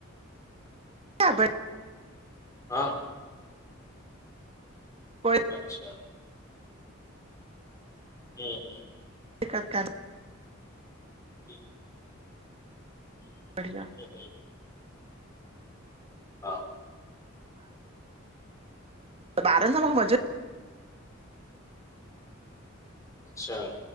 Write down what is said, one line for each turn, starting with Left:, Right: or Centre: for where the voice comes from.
Right: शाबस <inaudible>
Left: हा
Right: कोई
Left: अच्छा हूं हूं
Right: इकत्तर <inaudible>
Left: हूं
Right: बढ़िया
Left: ह हा
Right: त ॿारनि सां माखे मज़ो
Left: अच्छा